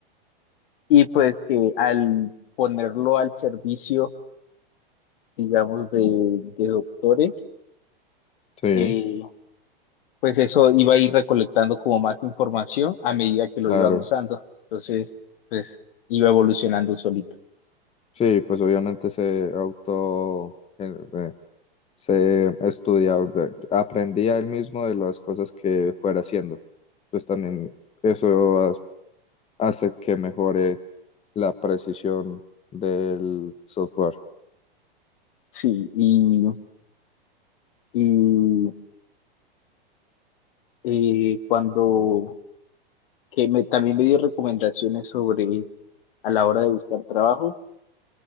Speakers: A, on the left (about 65°); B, on the left (about 20°).
A: y pues que al ponerlo al servicio, digamos, de, de doctores,
B: Sí,
A: eh, pues eso iba a ir recolectando como más información a medida que lo
B: claro.
A: iban usando. Entonces, pues iba evolucionando solito.
B: Sí, pues obviamente se auto, eh, eh, se estudiaba, eh, aprendía él mismo de las cosas que fuera haciendo. Entonces también eso ha- hace que mejore la precisión del software.
A: Sí, y, y eh, cuando que me, también me dio recomendaciones sobre a la hora de buscar trabajo,